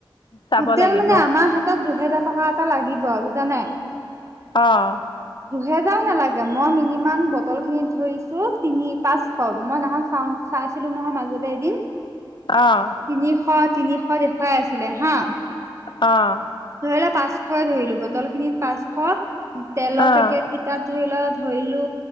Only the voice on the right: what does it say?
তোটেল
মানে আমাৰ হাতত দুহেজাৰ টকা এটা লাগিব বুজা নাই
দুহেজাৰো নালাগে মই মিনিমাম বটল খিনিত ধৰিছো তিনি পাঁচশ মই সেই দিনা চাওঁতে চাইছিলো নহয় মাজতে এদিন
তিনিশ তিনিশ দেখুৱাই আছিলে হা
ধৰিলোৱা পাঁচশয় ধৰিলো বটল খিনিত পাঁচশ তেলৰ
পেকেট কেইটাক ধৰি লোৱা ধৰিলো